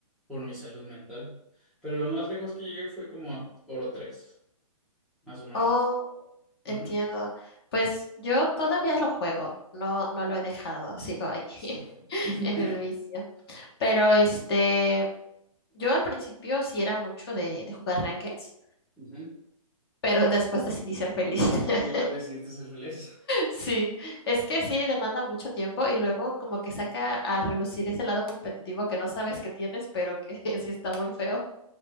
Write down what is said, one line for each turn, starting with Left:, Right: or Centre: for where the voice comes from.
Centre: por mi salud mental. Pero lo más lejos que llegué fue como a oro tres más o menos.
Left: oh, entiendo.
Centre: Ujú,
Left: Pues yo todavía lo juego, no, no lo he dejado, sigo ahí <laughs>
Centre: sí. <laughs>
Left: en el vicio. Pero este, yo al principio sí era mucho de, de jugar rankeds,
Centre: Ujú.
Left: pero después decidí ser feliz. <laughs>
Centre: Igual decidiste ser feliz.
Left: Sí, es que sí demanda mucho tiempo y luego como que saca a relucir ese lado competitivo que no sabes que tienes, pero que <laughs> sí está muy feo.